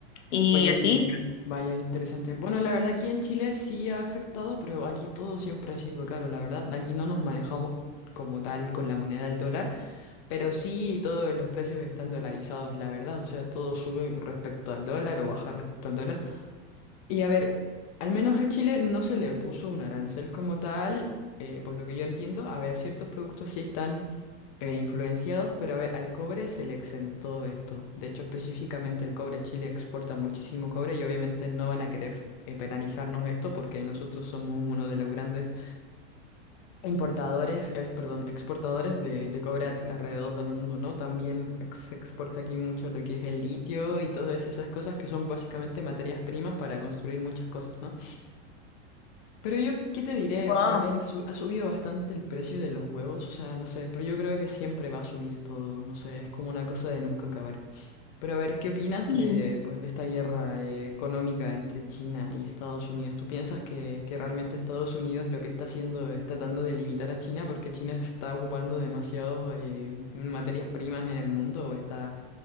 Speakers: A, on the left (about 80°); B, on the left (about 30°).
A: ¿Y
B: Oye,
A: a ti?
B: vaya, qué interesante. Bueno, la verdad aquí en Chile sí ha afectado, pero aquí todo siempre ha sido caro. La verdad, aquí no nos manejamos como tal con la moneda del dólar, pero sí todos los precios están dolarizados, la verdad. O sea, todo sube respecto al dólar o baja respecto al dólar. Y a ver, al menos a Chile no se le puso un arancel como tal, eh, por lo que yo entiendo. A ver, ciertos productos sí están eh, influenciados, pero a ver, al cobre se le exentó esto. De hecho, específicamente el cobre, Chile exporta muchísimo cobre y obviamente no van a querer eh, penalizarnos esto porque nosotros somos uno de los grandes importadores, eh, perdón, exportadores de, de cobre al- alrededor del mundo, ¿no? También ex- se exporta aquí mucho lo que es el litio y todas esas cosas que son básicamente materias primas para construir muchas cosas, ¿no? Pero yo, ¿qué te diré?
A: Wow.
B: O sea, a ver, su- ha subido bastante el precio de los huevos, o sea, no sé, pero yo creo que siempre va a subir todo, no sé, es como una cosa de nunca acabar. Pero a ver, ¿qué opinas
A: Sí,
B: de, pues, de esta guerra eh, económica entre China y Estados Unidos? ¿Tú piensas que, que realmente Estados Unidos lo que está haciendo es tratando de limitar a China porque China se está ocupando demasiados eh, materias primas en el mundo o está